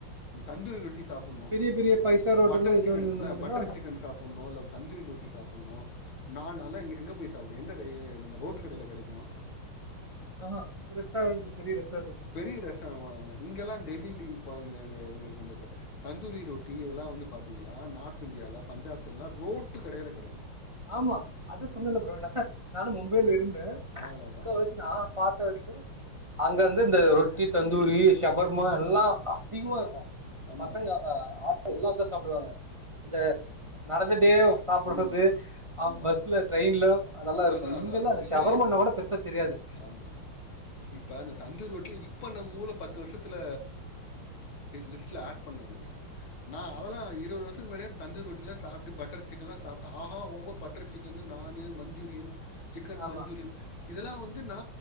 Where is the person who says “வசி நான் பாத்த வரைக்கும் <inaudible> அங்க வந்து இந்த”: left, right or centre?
Right